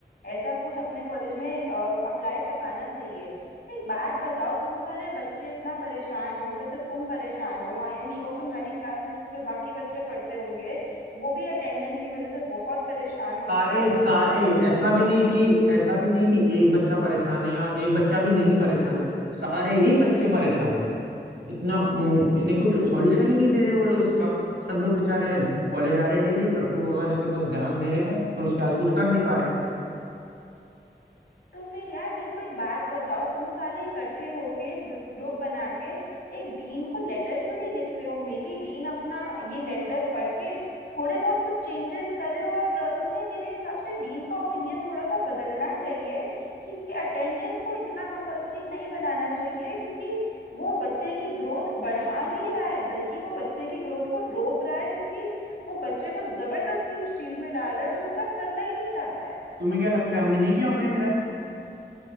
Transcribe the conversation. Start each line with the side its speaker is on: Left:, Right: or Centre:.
Left: ऐसा कुछ अपने कॉलेज में अप्लाई करवाना चाहिए एक बात बताओ तुम सारे बच्चे इतना परेशान हो जैसे तुम परेशान हो आई एम श्योर तुम्हारी क्लास में जो बाकी बच्चे पढ़ते होंगे वो भी अटेंडेंस की वजह से बहुत परेशान होंगे
Right: सारे सारे
Left: तो तुम सब
Right: ऐसा
Left: लोगों
Right: भी नहीं
Left: ने
Right: कि ऐसा भी नहीं कि एक बच्चा परेशान है या एक बच्चा भी नहीं परेशान है सारे ही बच्चे परेशान है इतना हम्म, इन्हें कुछ सॉल्यूशन ही नहीं दे रहे वो लोग इसका सब लोग बेचारे कॉलेज आ रहे डेली रट्टू रोजा जैसे बस ध्यान दे रहे हैं पर उसके आगे कुछ कर नहीं पा रहे
Left: तो फिर यार मेरे को एक बात बताओ तुम सारे इकट्ठे होके एक ग्रुप बना के एक डीन को लेटर क्यों नहीं लिखते हो मे बी डीन अपना ये लेटर पढ़ के थोड़े बहुत कुछ चेंजेस करे और तुम्हें मेरे हिसाब से डीन का ओपिनियन थोड़ा सा बदलना चाहिए कि अटेंडेंस को इतना कंपलसरी नहीं बनाना चाहिए क्योंकि वो बच्चे की ग्रोथ बढ़ा नहीं रहा है बल्कि वो बच्चे की ग्रोथ को रोक रहा है क्योंकि वो बच्चे को जबरदस्ती उस चीज में डाल रहा है जो बच्चा करना ही नहीं चाहता है
Right: तुम्हें क्या लगता है हमने नहीं किया होगा ये ट्राई